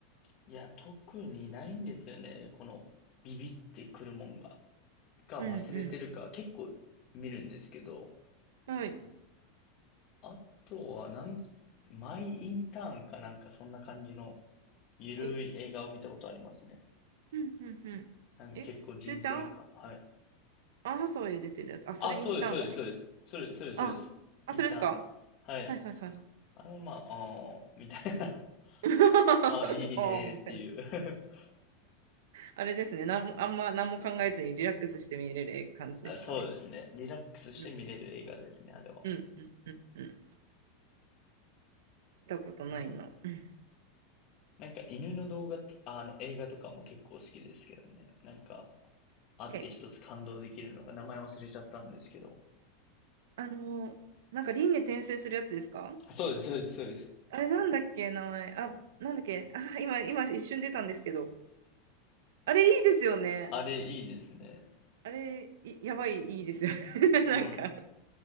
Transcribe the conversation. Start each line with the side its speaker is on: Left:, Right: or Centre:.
Left: いや、特にないんですよね。このビビってくるもんが。か忘れてるか結構見るんですけど、
Right: うんうん。はい。
Left: あとはなん、マイインターンかなんかそんな感じのゆるい映画を見たことありますね。
Right: はい。うんうんうん。
Left: なんか結構人生かはい。
Right: え、それってアン、アンハサウェイ出てるやつ。あ、それインターンか。
Left: あ、そうです、そうです、そうです。それ、そうです、
Right: あ、
Left: そうです。
Right: あ、
Left: インターン。
Right: それですか
Left: はい。
Right: はいはいはい
Left: あのまあ、あーみたいな。<laughs>
Right: <laughs>
Left: あー、いいねーっていう
Right: おーみたいな。
Left: <laughs>
Right: あれですね。なんも、あんま何も考えずにリラックスして見れる感じですかね。
Left: あ。そうですね。リラックスして見れる映画ですね、
Right: うん
Left: あれは。
Right: うんうんうんうん。見たことないな。
Left: うん。
Right: うん。
Left: なんか犬の動画と、ああの映画とかも結構好きですけどね。なんか、あって一つ感動できるのが、
Right: え、
Left: 名前忘れちゃったんですけど。
Right: あのなんか輪廻転生するやつですか
Left: そうです、そうです、そうです。
Right: あれなんだっけ、名前。あ、なんだっけ。あ、今、今一瞬出たんですけど。あれいいですよね。
Left: あれいいですね。
Right: あれ、いやばい、いいですよね。<laughs>
Left: うん。
Right: なんか